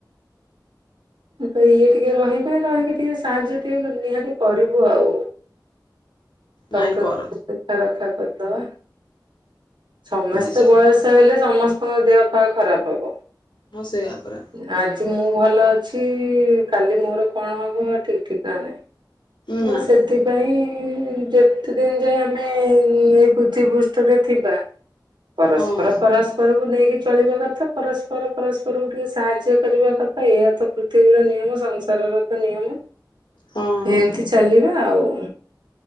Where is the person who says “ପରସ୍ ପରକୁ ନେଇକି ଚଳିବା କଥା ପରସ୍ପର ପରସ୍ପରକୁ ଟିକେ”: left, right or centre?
Right